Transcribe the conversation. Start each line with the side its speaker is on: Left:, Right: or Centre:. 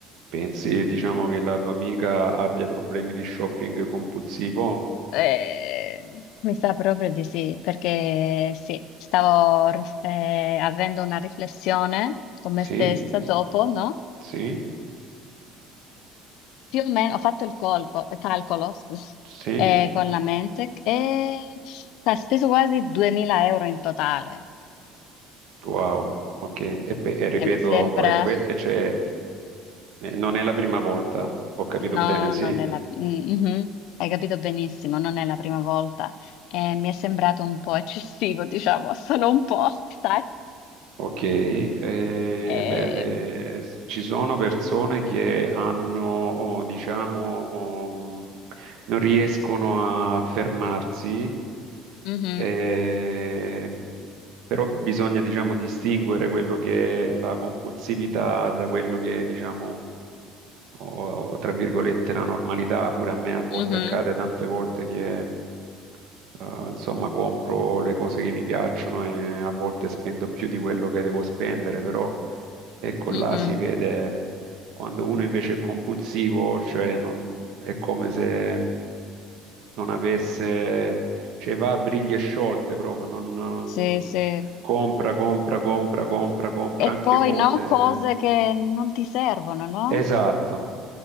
Right: pensi, diciamo, che la tua amica abbia problemi di shopping compulsivo?
Left: Eh, mi sa proprio di sì, perché sì, stavo rif- eh, avendo una riflessione con me
Right: Sì,
Left: stessa dopo, no?
Right: sì,
Left: Più o meno, ho fatto il colco- calcolo, scusa,
Right: sì,
Left: eh, con la mente e ha speso quasi 2000 euro in totale.
Right: wow, ok. E, pe- e ripeto,
Left: E mi sembra,
Right: e que- e c'è, eh, non è la prima volta, ho capito
Left: no,
Right: bene, sì.
Left: non è la, mm, mhm, hai capito benissimo, non è la prima volta. E mi è sembrato un po' eccessivo, diciamo, <laughs> solo un po', sai?
Right: Ok, eh,
Left: Ehm,
Right: beh, eh, s- ci sono persone che hanno, oh, diciamo, oh, non riescono a fermarsi,
Left: mhm,
Right: ehm, però bisogna, diciamo, distinguere quello che è la compulsività da quello che è, diciamo, o tra virgolette la normalità, pure a me a volte
Left: mhm,
Right: accade tante volte che eh, insomma compro le cose che mi piacciono e a volte spendo più di quello che devo spendere, però ecco
Left: mhm.
Right: là si vede quando uno invece è compulsivo, cioè non- è come se non avesse, cioè va a briglie sciolte proprio, non
Left: Sì, sì.
Right: compra, compra, compra, compra, compra
Left: E
Right: anche
Left: poi,
Right: cose.
Left: no, cose che non ti servono, no?
Right: Esatto.